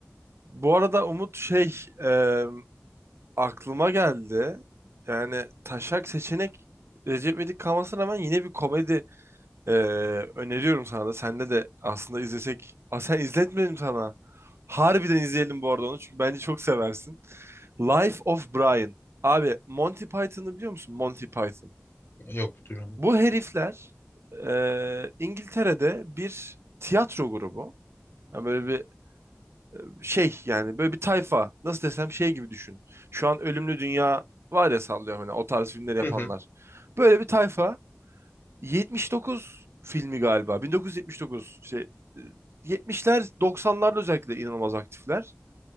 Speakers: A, on the right; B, on the left.
A: Bu arada Umut şey e, aklıma geldi. Yani taşak seçenek Recep İvedik kalmasına rağmen yine bir komedi Ee, öneriyorum sana da. Senle de aslında izlesek. Aa, sen izletmedim sana. Harbiden izleyelim bu arada onu. Çünkü bence çok seversin. Life of Brian. Abi Monty Python'ı biliyor musun? Monty Python.
B: Yok duymadım.
A: Bu herifler e, İngiltere'de bir tiyatro grubu. Yani böyle bir e, şey yani böyle bir tayfa. Nasıl desem şey gibi düşün. Şu an Ölümlü Dünya var ya sallıyorum hani o tarz filmleri yapanlar.
B: Hı hı.
A: Böyle bir tayfa 79 filmi galiba. 1979 şey e, 70'ler 90'larda özellikle inanılmaz aktifler.